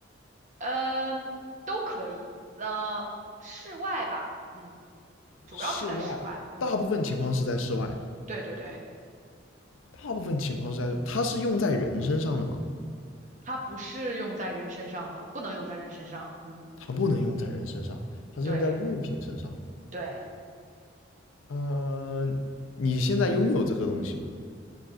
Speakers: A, on the right; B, on the left.
A: 嗯，都可以。呃，室外吧，嗯，主要是在室外，
B: 室外，
A: 嗯，
B: 大部分情况是在室外。
A: 对对对，
B: 大部分情况是在它是用在人身上的吗？
A: 它不是用在人身上的，不能用在人身上，嗯。
B: 它不能用在人身上，它是用在物品身上的。
A: 对对，
B: 呃，你现在拥有这个东西吗？